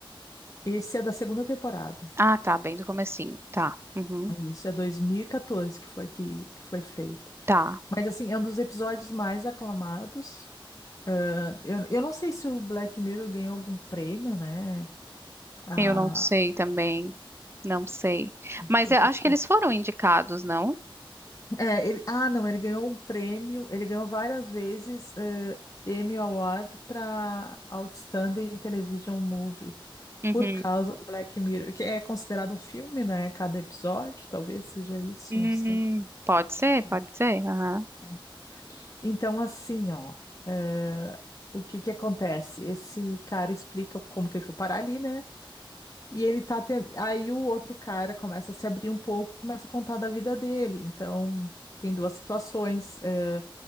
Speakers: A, on the left; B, on the right.
A: Esse é da segunda temporada.
B: Ah, tá, bem do comecinho. Tá. Uhum,
A: Isso, é 2014 que foi que, que foi feito.
B: tá.
A: Mas assim, é um dos episódios mais aclamados. Ah, Eu, eu não sei se o Black Mirror ganhou algum prêmio, né? Ah,
B: Eu não sei também. Não sei. Mas
A: tô
B: eu
A: por
B: acho
A: fora.
B: que eles foram indicados, não?
A: É, ele, ah, não, ele ganhou um prêmio, ele ganhou várias vezes eh, Emmy Award para Outstanding Television Movie
B: Uhum.
A: por causa do Black Mirror, que é considerado um filme, né? Cada episódio, talvez seja isso,
B: Hum,
A: não sei.
B: pode ser,
A: É,
B: pode ser. Aham.
A: é. Então, assim, ó, eh, o que que acontece? Esse cara explica como que ele foi parar ali, né? E ele tá tendo. Aí o outro cara começa a se abrir um pouco, começa a contar da vida dele. Então, tem duas situações. eh,